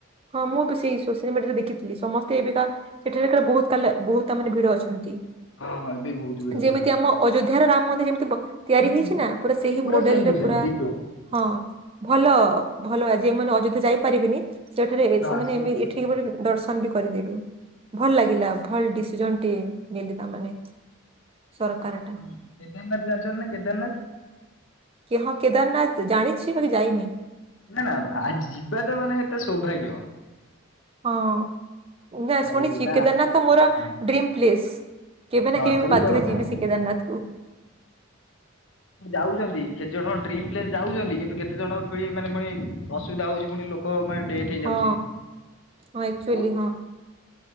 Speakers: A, on the right (about 25°); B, on the left (about 65°).
A: ହଁ ମୁଁ ବି ସେଇ ସୋସିଆଲ ମିଡିଆରେ ଦେଖିଥିଲି ସମସ୍ତେ ଏବେକାା ସେଠାରେ ବହୁତ କା ବହୁତ ତା ମାନେ ଭିଡ ଅଛନ୍ତି।
B: ହଁ ଏବେ। ବହୁତ ଭିଡ
A: ଯେମିତି
B: ଅଛନ୍ତି।
A: ଆମ ଅଯୋଧ୍ୟ ର ରାମ ମନ୍ଦିର ଯେମିତି ବ ତିଆରି
B: ହୁଁ
A: ହେଇଛି
B: ହୁଁ
A: ନା ପୁରା ସେଇ ମଡେଲ
B: ସେମ ଟୁ
A: ରେ
B: ସେମ
A: ପୁରା।
B: ଡିଟୋ।
A: ହଁ ଭଲ ଭଲ। ଯଉମାନେ ଅଯୋଧ୍ୟା ଯାଇପାରିବେିନି ସେଠାରେ ଏ
B: ହଁ
A: ସେମାନେ
B: ସେଇଠି
A: ଏମିତି
B: ଦେଖିବେ।
A: ଏଠିକି ଦର୍ଶନ ବି କରିପାରିବେ ଭଲ ଲାଗିଲା ଭଲ ଡିସିଜନ ଟିଏ ନେଲେ ତାମାନେ। ସରକାର ଟା
B: କେଦାରନାଥ ଜାଣିଛନ୍ତି ନା କେଦାରନାଥ।
A: କି ହଁ କେଦାରନାଥ ଜାଣିଛି ବାକି ଯାଇନି।
B: ନା ନା ଆ ଯିବା ତ ମାନେ ଏତେ ସୌଭାଗ୍ୟ।
A: ହଁ ନା
B: ଆଉ
A: ଶୁଣିଛି
B: ନା
A: କେଦାରନାଥ ମୋର
B: ହଁ
A: ଡ୍ରିମ୍ ପ୍ଲେସ୍। କେବେ
B: ହଁ
A: ନା କେବେ
B: ସେଇତ
A: ମୁଁ ବାଧ୍ୟ
B: କଥା।
A: ଯିବି ସେ କେଦାରନାଥ କୁ।
B: ଯାଉଛନ୍ତି କେତେ ଜଣ ଡ୍ରିମ ପ୍ଲେସ୍ ଯାଉଛନ୍ତି କିନ୍ତୁ କେତେ ଜଣ ପୁଣି ମାନେ ପୁଣି ଅସୁବିଧା ହଉଛି ପୁଣି ଲୋକ ମାନେ ଡେଥ୍ ହେଇଯାଉଛି।
A: ହଁ ହଁ ଏକଚୁଲି
B: ବହୁତ
A: ହଁ।